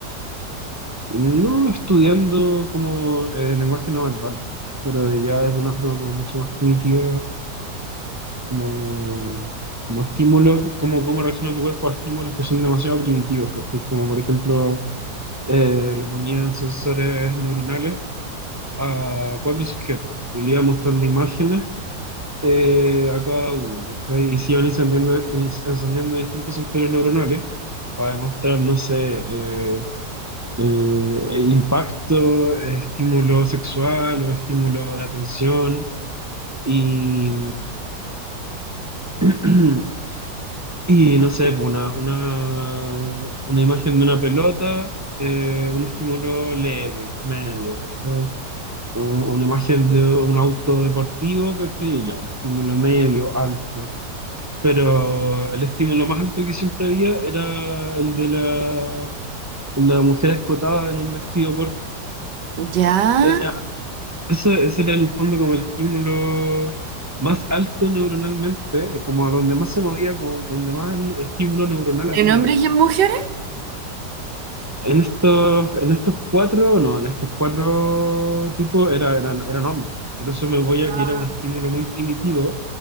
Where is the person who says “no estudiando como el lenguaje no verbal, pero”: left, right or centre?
Right